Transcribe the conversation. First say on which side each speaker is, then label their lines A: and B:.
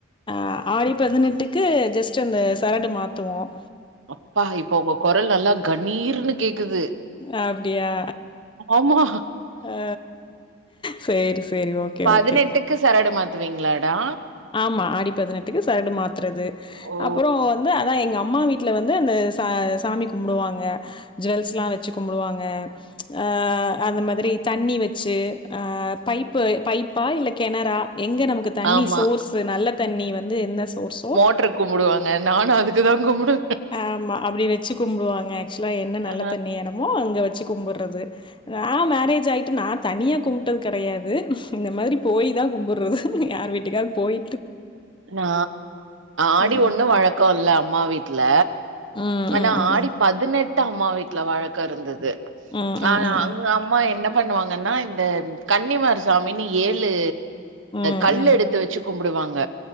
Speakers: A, on the left; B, on the right.
A: அ ஆடி பதினெட்டுக்கு ஜஸ்ட் அந்த சரடு மாத்துவோம்
B: அப்பா இப்ப உங்க குரல் நல்லா கண்ணீர்ன்னு கேக்குது
A: அப்டியா
B: ஆமா
A: ஆ செரி செரி ஓகே
B: பதினெட்டுக்கு
A: ஓகே
B: சரடு மாத்துவிங்களா டா
A: ஆமா ஆடி பதினெட்டுக்கு சரடு மாத்துறது
B: ஓ
A: அப்புறம் வந்து அதான் எங்க அம்மா வீட்டு வீட்டுல வந்து அந்த ச சாமி கும்பிடுவாங்க ஜுவல்ஸ் எல்லாம் வச்சு கும்பிடுவாங்க ஆ அந்த மாரி அ தண்ணி வச்சு பைப்பு பைப் பா இல்ல கிணறா எங்க நமக்கு
B: ஆமா
A: ஸ் நல்ல தண்ணி வந்து என்ன சோர்ஸோ
B: <unintelligible> கும்பிடுவாங்க நானு அதுக்கு தா கும்பிடு
A: ஆமா அப்டி வச்சு கும்பிடுவாங்க ஆக்சுவலா என்ன நல்ல
B: ஆ
A: தண்ணி இடமோ அங்க வச்சு கும்பட்றது நா மேரேஜ் ஆயிட்டு நா தனியா கும்ப்ட்டது கெடையாது இந்த மாரி போயி தா கும்பட்றது யார் வீட் ட்டுக்காது போய்
B: நா ஆடி
A: ம்.
B: ஒண்ணு வழக் கோ இல்ல அம்மா வீட்ல
A: ம்,
B: ஆனா
A: ம், ம்,
B: ஆடி
A: ம்.
B: பதினெட் ட்டு அம்மா வீட்ல வழக்க இருந்தது
A: ம், ம்,
B: ஆ
A: ம்,
B: அங்க
A: ம்.
B: அம்மா என்ன பண்ணுவாங்கன்னா இந்த கன்னிமார் சாமினு ஏழு
A: ம்,
B: கல்
A: ம்.
B: எடுத்து வச் வச்சு கும்பிடுவாங்க